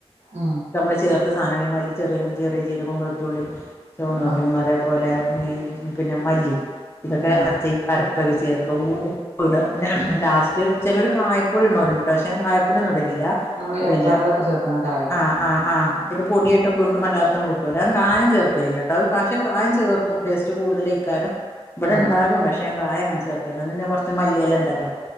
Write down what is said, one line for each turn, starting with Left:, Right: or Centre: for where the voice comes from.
Right: ഉം
Left: നമുക്ക് ചേർത്ത് സാധനം കഴിയുമ്പ ചെറിയ ജീരകം വെളുത്തുള്ളി ചുവന്നുള്ളി
Right: ആഹ്
Left: അതേപോലെ പിന്നെ മല്ലി ഇതൊക്കെ
Right: ആഹ്
Left: അരപ്പക് ചേർക്കവൂ പ്പ്ട ന്നെ
Right: ഉം
Left: ലാസ്റ്റ് ചെലോര് കായപ്പൊടി ഇട്ണോല്ണ്ട്ട്ടോ പക്ഷെ കായപ്പൊടിന്നുടലില്ല.
Right: നമ്മള് ഈ
Left: പിന്നെ
Right: അച്ചാറിലൊക്കെ ചേർക്കണ കായം
Left: ആഹ് ആഹ് ആഹ്. ട് പൊട്യായ്ട്ടും കിട്ടും അല്ലാത്തും കിട്ടുലേ കായം ചേർക്കലില്ലട്ടവ് പഷേ കായം ചേർക്കും. ടേസ്റ്റ് കൂടുതലുക്കാരം ഇവിടെണ്ടായിരുന്നു
Right: ആഹ്
Left: പക്ഷെ ഞാൻ കയാണ് ചേർക്കുന്നത് പിന്നെ കുറച്ചു മല്ലിയിലണ്ടല്ലോ?